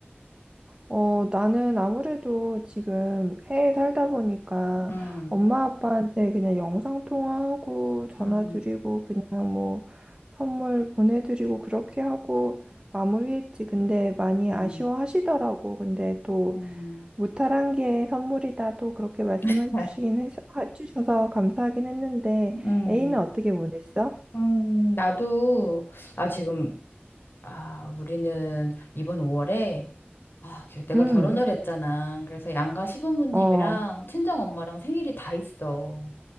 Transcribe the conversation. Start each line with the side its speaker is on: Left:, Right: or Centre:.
Right: 어, 나는 아무래도 지금 해외 살다 보니까
Left: 음,
Right: 엄마 아빠한테 그냥 영상 통화하고 전화
Left: 음,
Right: 드리고 그냥 뭐 선물 보내드리고 그렇게 하고 마무리했지. 근데 많이
Left: 음,
Right: 아쉬워하시더라고. 근데 또
Left: 음.
Right: 무탈한 게 선물이다. 또 그렇게 말씀해
Left: <laughs>
Right: 주시긴 해서, 해주셔서 감사하긴 했는데
Left: 음,
Right: A는 어떻게 보냈어?
Left: 음, 나도, 아, 지금, 아, 우리는 이번 5월에, 아, 게- 내가
Right: 음,
Left: 결혼을 했잖아. 그래서 양가 시부모님이랑
Right: 어,
Left: 친정 엄마랑 생일이 다 있어.